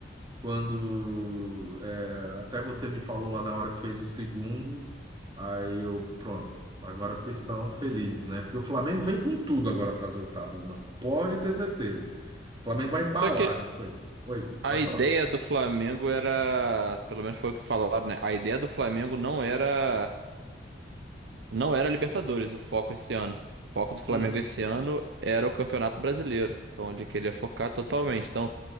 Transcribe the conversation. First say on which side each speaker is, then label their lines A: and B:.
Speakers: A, on the right; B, on the right.
A: quando é, até você me falou lá na hora que fez o segundo, aí eu, pronto, agora vocês estão felizes, né? Porque o Flamengo vem com tudo agora para as oitavas, mano. Pode ter certeza. O Flamengo vai embalar
B: Só que
A: nisso aí. Oi,
B: a
A: pode
B: ideia
A: falar.
B: do Flamengo era, pelo menos foi o que falaram, né? A ideia do Flamengo não era, não era Libertadores, o foco esse ano. O foco do Flamengo
A: Hum.
B: esse ano era o Campeonato Brasileiro. Então ele queria focar totalmente. Então,